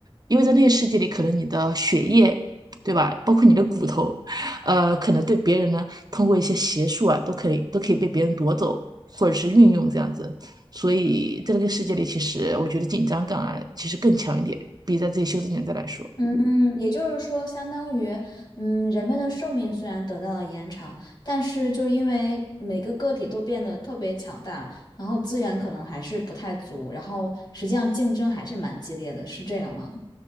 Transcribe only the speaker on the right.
因为在那个世界里，可能你的血液。对吧？包括你的骨头，呃，可能对别人呢，通过一些邪术啊，都可以都可以被别人夺走，或者是运用这样子。所以在那个世界里，其实我觉得紧张感啊，其实更强一点，比在这些修真年代来说。